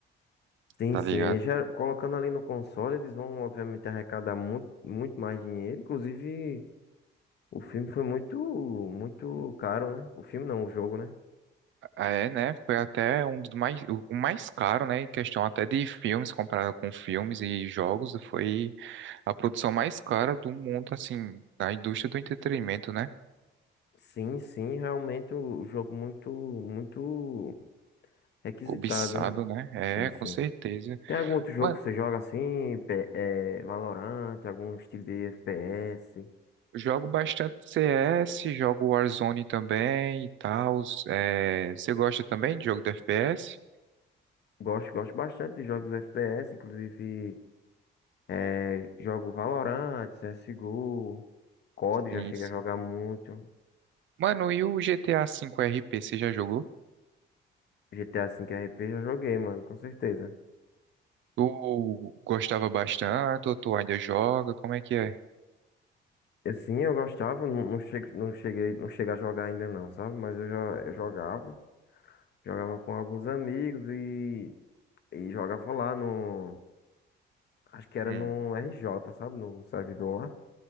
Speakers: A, on the left; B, on the right.
A: Sim,
B: tá
A: sim.
B: ligado?
A: E já colocando ali no console, eles vão obviamente arrecadar muito, muito mais dinheiro. Inclusive, o filme foi muito, muito caro, né? O filme não, o jogo, né?
B: É, né, foi até um dos mais, o o mais caro, né, em questão até de filmes, comparado com filmes e jogos, foi a produção mais cara do mundo, assim, da indústria do entretenimento, né?
A: Sim, sim, realmente o jogo muito, muito requisitado,
B: Cobiçado,
A: né?
B: né? É,
A: Sim,
B: com
A: sim.
B: certeza.
A: Tem algum outro jogo
B: Mano,
A: que você joga assim, P- é, Valorant, algum estilo de FPS?
B: jogo bastante CS, jogo Warzone também e tal. É, você gosta também de jogo de FPS?
A: Gosto, gosto bastante de jogos FPS, inclusive é, jogo Valorant, CSGO, COD já
B: Sim,
A: cheguei
B: sim.
A: a jogar muito,
B: Mano, e o GTA V RP, você já jogou?
A: GTA V RP já joguei, mano, com certeza.
B: Tu gostava bastante ou tu ainda joga? Como é que é?
A: Assim, eu gostava, não, não, cheguei, não cheguei, não cheguei a jogar ainda não, sabe? Mas eu já eu jogava. Jogava com alguns amigos e, e jogava lá no. Acho que era
B: Hum,
A: no RJ, sabe? No servidor lá.